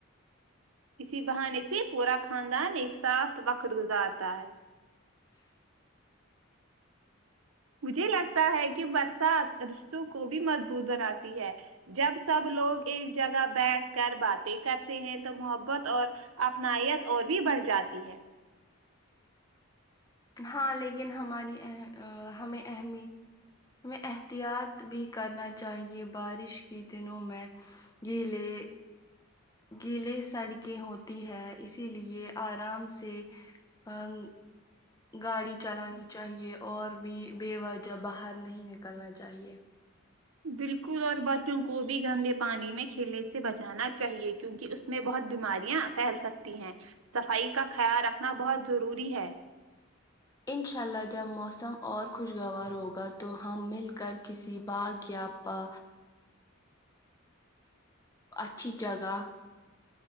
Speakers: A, on the right (about 85°); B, on the left (about 15°).
A: اسی بہانے سے پورا خاندان ایک ساتھ وقت گزارتا ہے مجھے لگتا ہے کہ برسات رشتوں کو بھی مضبوط بناتی ہے جب سب لوگ ایک جگہ بیٹھ کر باتیں کرتے ہیں تو محبت اور اپنائیت اور بھی بڑھ جاتی ہے
B: ہاں لیکن ہماری اہم ہمیں اہمی میں احتیاط بھی کرنا چاہیے بارش کی دنوں میں گیلے گیلے سڑکیں ہوتی ہے اسی لیے آرام سے آن گاڑی چلانی چاہیے اور بھی بے وجہ باہر نہیں نکلنا چاہیے
A: بالکل اور بچوں کو بھی گندے پانی میں کھیلنے سے بچانا چاہیے کیونکہ اس میں بہت بیماریاں پھیل سکتی ہیں صفائی کا خیال رکھنا بہت ضروری ہے
B: انشاء اللہ جب موسم اور خوشگوار ہوگا تو ہم مل کر کسی باغ یا پا اچھی جگہ